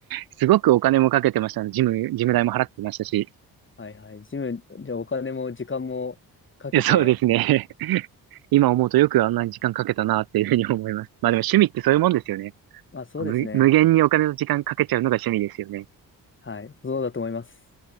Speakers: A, on the right; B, on the left.
A: すごくお金もかけてました。ジム、ジム代も払ってましたし。
B: はいはい、ジム、じゃあお金も時間もかけて、
A: えそうですね。<laughs> 今思うとよくあんなに時間かけたなっていうふうに思います。まあでも趣味ってそういうもんですよね。
B: まあそうですね。
A: 無、無限にお金と時間かけちゃうのが趣味ですよね。
B: はい、そうだと思います。